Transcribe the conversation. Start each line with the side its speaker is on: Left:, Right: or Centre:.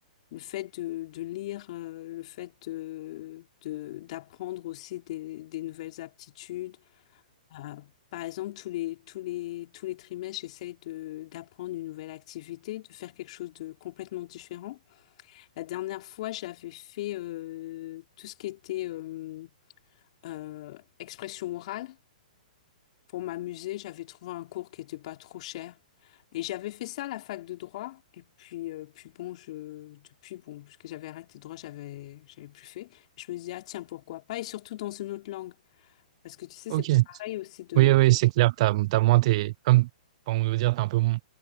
Left: Le fait de, de lire, euh, le fait de, de- d'apprendre aussi des, des nouvelles aptitudes euh, par exemple, tous les, tous les, tous les trimestres, j'essaye de, d'apprendre une nouvelle activité, de faire quelque chose de complètement différent. La dernière fois, j'avais fait euh, tout ce qui était euh, euh, expression orale pour m'amuser. J'avais trouvé un cours qui n'était pas trop cher. Et j'avais fait ça à la fac de droit. Et puis, euh, puis bon, je, depuis, bon, puisque j'avais arrêté le droit, j'avais, j'avais plus fait. Je me disais, ah tiens, pourquoi pas? Et surtout dans une autre langue. Parce que tu sais,
Right: Ok.
Left: c'est pas pareil aussi de...
Right: Oui, oui, c'est clair, t'as, t'as moins tes, comme, pour vous dire, t'es un peu, mo-